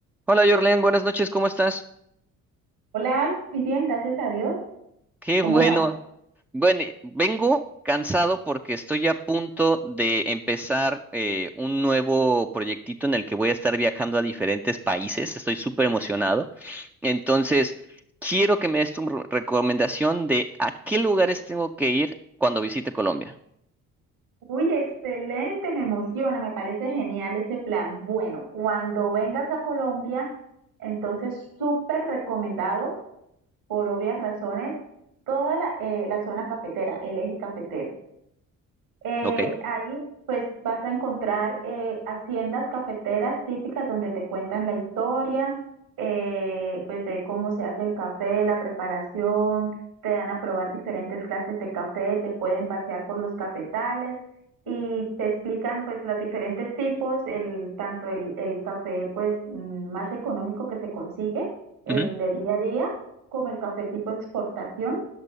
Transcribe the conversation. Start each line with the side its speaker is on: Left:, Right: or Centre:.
Centre: Hola Jorlen, buenas noches, ¿cómo estás?
Right: Hola, Alf, muy bien, gracias a Dios.
Centre: Qué
Right: ¿Cómo
Centre: bueno.
Right: vas?
Centre: Bueno, eh, vengo cansado porque estoy a punto de empezar eh, un nuevo proyectito en el que voy a estar viajando a diferentes países. Estoy súper emocionado. Entonces, quiero que me des tu re- recomendación de a qué lugares tengo que ir cuando visite Colombia.
Right: Uy, excelente, me emociona, me parece genial ese plan. Bueno, cuando vengas a Colombia, entonces súper recomendado, por obvias razones, toda la, eh, la zona cafetera, el eje cafetero. Eh,
Centre: ¿Ok?
Right: ahí pues vas a encontrar eh, haciendas cafeteras típicas donde te cuentan la historia, eh, pues de cómo se hace el café, la preparación, te dan a probar diferentes clases de café, te pueden pasear por los cafetales y te explican pues los diferentes tipos, el, tanto el, el café pues mm, más económico que se consigue, el
Centre: Ujú,
Right: de día a día, como el café tipo exportación